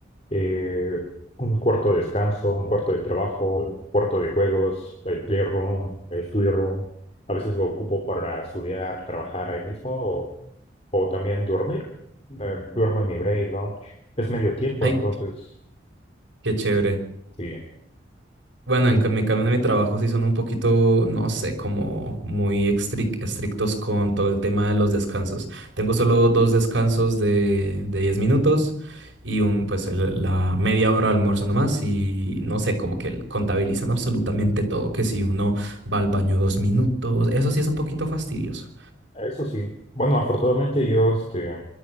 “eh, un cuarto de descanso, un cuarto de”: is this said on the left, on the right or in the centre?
Left